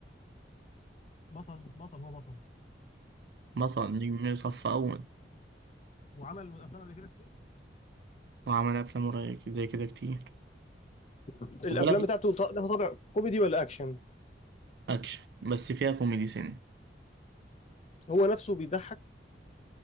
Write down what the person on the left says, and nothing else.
بطل بطل هو بطل
وعمل افلام قبل كده كتير
الافلام
بتاعته ط- لها طابع كوميدي ولا اكشن
هو نفسه بيضحك